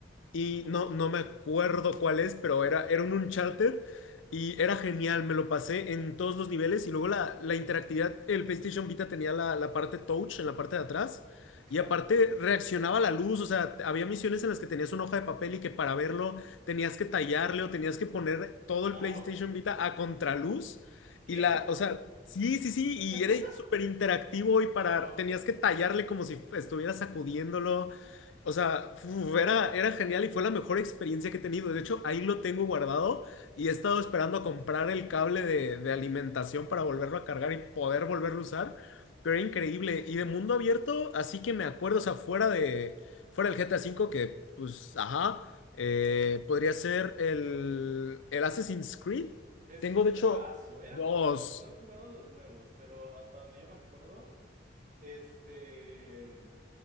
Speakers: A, on the left; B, on the right.
A: Y
B: Qué buenos
A: no, no
B: juegos.
A: me acuerdo cuál es, pero era, era un Uncharted y
B: <laughs>
A: era genial, me lo pasé en todos los niveles. Y luego la, la interactividad, el PlayStation Vita tenía la, la parte touch en la parte de atrás.
B: Claro.
A: Y aparte reaccionaba a la luz, o sea, había misiones en las que tenías una hoja de papel y que para verlo tenías que tallarle o tenías que poner todo
B: Ah,
A: el PlayStation
B: ok.
A: Vita a contraluz.
B: ¿Qué?
A: Y la, o sea, sí, sí, sí,
B: <laughs>
A: y era súper interactivo y para,
B: Wow.
A: tenías que tallarle como si estuvieras sacudiéndolo. O sea, uf, era, era genial y fue la mejor experiencia que he tenido. De hecho, ahí lo tengo guardado y he estado esperando comprar el cable de, de alimentación para volverlo a cargar y poder volverlo a usar. Pero era increíble. Y de mundo abierto, así que me acuerdo, o sea, fuera de, fuera del GTA V, que pues, ajá, eh, podría ser el, el Assassin's Creed.
B: Es
A: Tengo
B: un juegazo,
A: de hecho
B: eran
A: dos.
B: juegazos, no he jugado los nuevos, pero hasta donde yo me acuerdo, este,